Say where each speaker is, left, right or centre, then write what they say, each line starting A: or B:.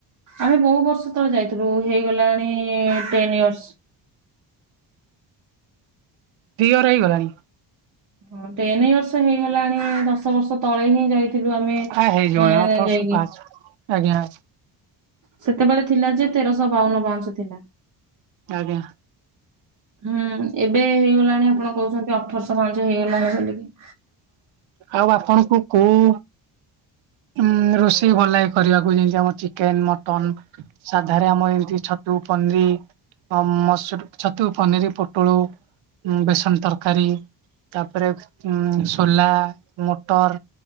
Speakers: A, on the right (about 40°); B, on the right (about 85°).
A: ଆମେ ବହୁ ବର୍ଷ ତଳେ ଯାଇଥିଲୁ ହେଇଗଲାଣି ଟେନ ଇୟର୍ସ।
B: ଦି ଇଅର ହେଇଗଲାଣି।
A: ହଁ ଟେନ ଇୟର୍ସ ହେଇଗଲାଣି ଦଶ ଦଶ ବର୍ଷ ତଳେ ହିଁ ଯାଇଥିଲୁ ଆମେ
B: ଆ ହେଇଯିବଣି
A: ଏଁ
B: ଅଠରଶହ
A: ଯାଇକି।
B: ପାଞ୍ଚ ଆଜ୍ଞା।
A: ସେତେବେଳେ ଥିଲା ଯେ ତେରଶହ ବାଉନ ପାହଚ ଥିଲା।
B: ଆଜ୍ଞା।
A: ହୁଁ ଏବେ ହେଇଗଲାଣି ଆପଣ କହୁଛନ୍ତି ଅଠରଶହ ପାହଚ ହେଇଗଲାଣି ବୋଲିକି।
B: ଆଉ ଆପଣଙ୍କୁ କୋଉ ଉଁ ରୋଷେଇ ଭଲଲାଗେ କରିବାକୁ ଯେମିତି ଆମ ଚିକେନ, ମଟନ। ସାଧାରେ ଆମ ଏମତି ଛତୁ, ପନିର। ଅ ମସରୁତ ଛତୁ, ପନିର, ପୋଟଳ। ଉଁ ବେସନ ତରକାରୀ, ତାପରେ ଉଁ ସୋଲା। ମଟର